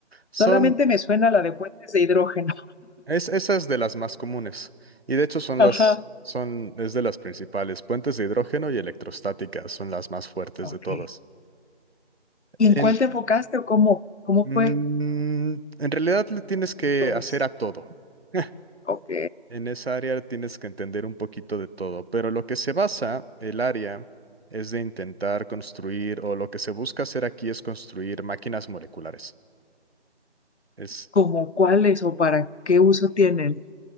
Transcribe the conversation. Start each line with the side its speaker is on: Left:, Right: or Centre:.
Right: son,
Left: Solamente me suena la de puentes de hidrógeno.
Right: es, esas de las más comunes y de hecho son
Left: Ajá.
Right: las, son, es de las principales, puentes de hidrógeno y electrostáticas son las más fuertes
Left: Ok.
Right: de todas.
Left: ¿Y en
Right: En,
Left: cuál te enfocaste o cómo, cómo
Right: Mm,
Left: fue?
Right: en realidad le tienes que
Left: Todas.
Right: hacer a todo. <laughs>
Left: Ok.
Right: En esa área tienes que entender un poquito de todo, pero lo que se basa el área es de intentar construir, o lo que se busca hacer aquí es construir máquinas moleculares. Es,
Left: ¿Cómo cuáles o para qué uso tienen?